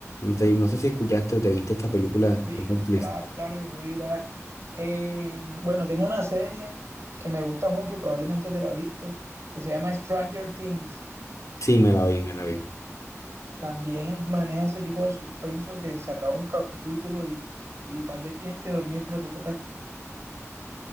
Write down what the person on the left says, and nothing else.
No sé, no sé si escuchaste o te viste esta película de
Netflix.
Sí, me la vi, me la vi.